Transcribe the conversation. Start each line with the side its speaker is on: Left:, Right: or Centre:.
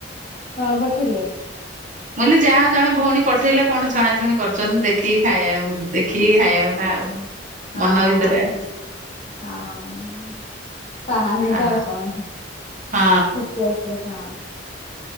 Left: ହଁ ପଠେଇଲେ।
Right: ବ ଯାହାଉଣ ଭଉଣୀ ପଠେଇଲେ କଣ ଛଣାଛୁଣି କରୁଛନ୍ତି ଦେଖି ଦେଖିକି ଖାଇବା ଦେଖିକି ଖାଇବା କଥା ଆଉ
Left: ହଁ
Right: ମନ
Left: ହଁ।
Right: ଭିତରେ ଆଉ।
Left: ହଁ। ତାହା ନହି
Right: ଆଉ
Left: ଦଉ କଣୁ
Right: ହଁ।
Left: ଅୁ ହଁ।